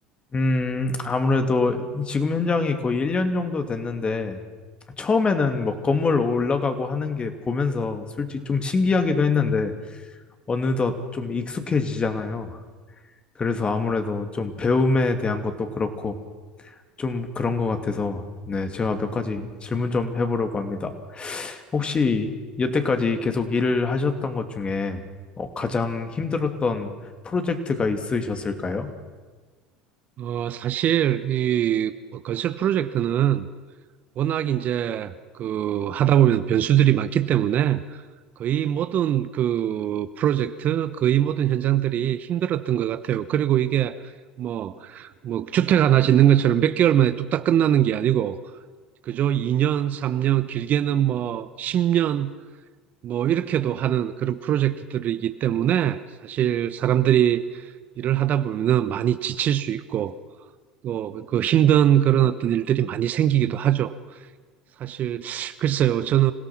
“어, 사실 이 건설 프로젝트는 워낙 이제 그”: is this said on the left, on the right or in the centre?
Right